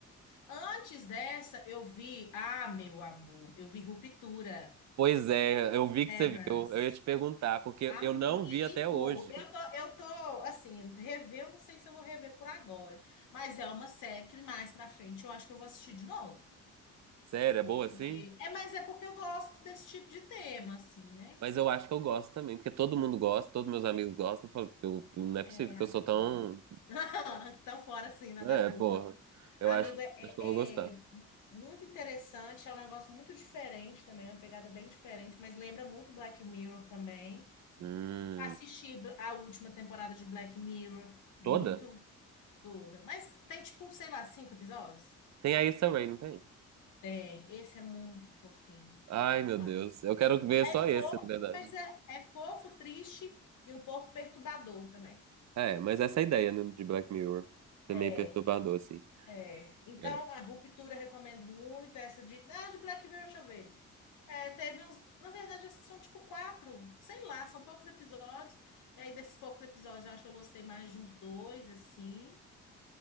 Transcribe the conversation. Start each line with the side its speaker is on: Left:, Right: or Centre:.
Left: Antes dessa, eu vi, ah, meu amor, eu vi Ruptura,
Right: Pois é, eu vi que
Left: Severance.
Right: você viu. Eu ia te perguntar, porque
Left: Amigo,
Right: eu não vi até hoje.
Left: eu tô, eu tô, assim, rever, eu não sei se eu vou rever por agora, mas é uma série que mais pra frente eu acho que eu vou assistir de novo.
Right: Sério, é
Left: Porque.
Right: boa assim?
Left: É, mas é porque eu gosto desse tipo de tema, assim, né?
Right: Mas eu acho que eu gosto também, porque todo mundo gosta, todos meus amigos gostam. Eu falo, eu- não é possível
Left: É,
Right: que
Left: amigo.
Right: eu sou tão.
Left: <laughs> tão fora, assim, na
Right: É,
Left: da curva.
Right: porra. Eu
Left: Amigo,
Right: acho,
Left: é, é-
Right: acho que eu vou gostar.
Left: é muito interessante, é um negócio muito diferente também, é uma pegada bem diferente, mas lembra muito Black Mirror também.
Right: Hum,
Left: Assisti bl- a última temporada de Black Mirror, muito
Right: toda?
Left: toda. Mas tem, tipo, sei lá, cinco episódios?
Right: Tem a Issa Rae, não tem?
Left: Tem. Esse é muito fofinho.
Right: Ai, meu
Left: Mas
Right: Deus. Eu quero ver
Left: é,
Right: só esse, na verdade.
Left: mas é é fofo, triste e um pouco perturbador também.
Right: É, mas essa é a ideia, né, de Black Mirror. Isso
Left: É,
Right: é meio perturbador, assim.
Left: é. Então,
Right: É.
Left: a ruptura eu recomendo muito. Essa de. Ah, de Black Mirror, deixa eu ver. É, teve uns. Na verdade, são tipo quatro. Sei lá, são poucos episódios. E aí, desses poucos episódios, eu acho que eu gostei mais de uns dois, assim.